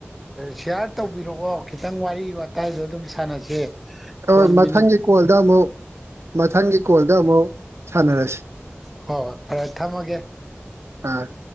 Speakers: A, in the centre; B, on the right.
A: ꯁꯤꯌꯥꯔ ꯇꯧꯕꯤꯔꯛꯑꯣ ꯈꯤꯇꯪ ꯋꯥꯔꯤ ꯋꯥꯇꯥꯏꯗꯣ ꯑꯗꯨꯝ ꯁꯥꯟꯅꯁꯦ
B: ꯍ
A: ꯀꯣꯟ
B: ꯃꯊꯪꯒꯤ
A: ꯃꯤꯅꯤꯠ
B: ꯀꯣꯜꯗ ꯑꯃꯨꯛ ꯃꯊꯪꯒꯤ ꯀꯣꯜꯗ ꯑꯃꯨꯛ ꯁꯥꯟꯅꯔꯁꯤ
A: ꯍꯣꯏ ꯍꯣꯏ ꯐꯔꯦ ꯊꯝꯃꯒꯦ
B: ꯎꯝ